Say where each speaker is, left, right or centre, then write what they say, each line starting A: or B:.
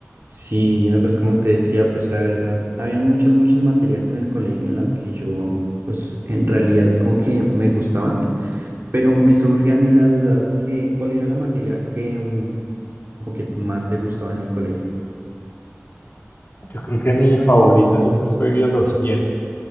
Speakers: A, on the right (about 50°); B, on the left (about 45°).
A: Sí, no, pues como te decía, pues la verdad, habían muchas, muchas materias en el colegio en las que yo, pues en realidad como que me gustaban, pero me surge a mí la duda que cuál era la materia que mm, que como que más te gustaba en el colegio.
B: Yo creo que mi favorita siempre fue biología.